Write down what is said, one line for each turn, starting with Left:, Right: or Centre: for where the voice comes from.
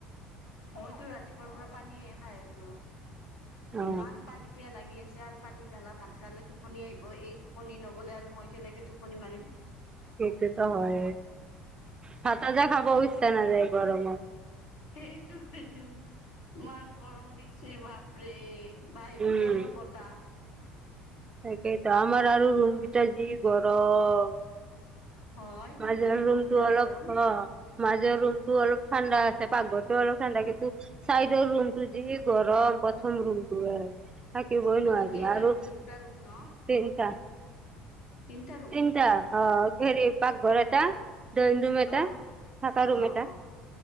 Left: মইতো ৰাতিপুৱাৰ পৰা পানীয়ে খাই আছোঁ ৰ'।
Right: অ
Left: ইমান পানী পিয়াহ লাগি আছে। আৰু পানী ঢালা ভাত খালে টোপনি আহিব এইটো টোপনি নগ'লে আৰু মই কেনেকৈ টোপনি মাৰিম।
Right: সেইটোতো হয়ে। ভাত আঞ্জা খাবও ইচ্ছা নাযায় এই গৰমত।
Left: সেইটো ইমান গৰম দিছে বাপ ৰে বাহিৰতে
Right: উম
Left: অলপ বতাহ।
Right: তাকেইতো আমাৰ আৰু ৰুমকেইটা যি গৰম
Left: হয়
Right: মাজৰ
Left: নতুন
Right: ৰুমটো
Left: ৰুম কেইটা
Right: অলপ
Left: গৰম
Right: অ', মাজৰ ৰুমটো অলপ ঠাণ্ডা আছে পাকঘ টো অলপ ঠাণ্ডা কিন্তু চাইডৰ ৰুম টো যি গৰম প্ৰথম ৰুম থাকিবই
Left: তহঁতৰ
Right: নোৱাৰি
Left: কেইটা
Right: আৰু
Left: ৰুম
Right: চনিটা
Left: দুটা ৰুম ন তিনটা ৰুম
Right: তিনিটা অ' খৰি পাকঘৰ এটা দৈন ৰুম এটা,
Left: অ
Right: থাকা ৰুম
Left: অ
Right: এটা।
Left: অ